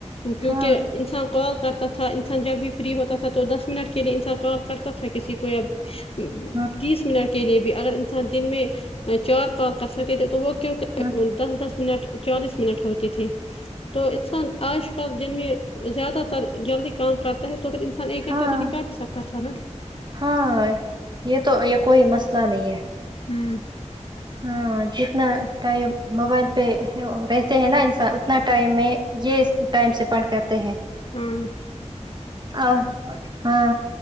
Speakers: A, on the left; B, on the right.
A: کیونکہ
B: ہاں
A: انسان کال کر تھا انسان جب بھی فری ہوتا تھا تو دس منٹ کے لیے انسان کال کرتا تھا کسی کو ب
B: ہاں
A: تیس منٹ کے لیے بھی اگر انسان دن میں چار کال کر سکتے تھے تو وہ کیا
B: ہاں
A: دس دس منٹ چالیس منٹ ہوتی تھی تو انسان آج دن میں زیادہ تر جلدی کام کرتا ہے تو پھر ان سان
B: ہاں
A: ایک گنٹہ تو نکال
B: ہاں
A: ہی سکتا تھا نا
B: ہاں یہ تو یہ کوئی مسئلہ نہیں ہے
A: ہوں
B: ہاں جتنا ٹائم موبائل پہ رہتے ہیں نا انسان اتنا ٹائم میں یہ ٹائم سے اسپانڈ کرتے ہیں
A: ہاں
B: ہاں ہاں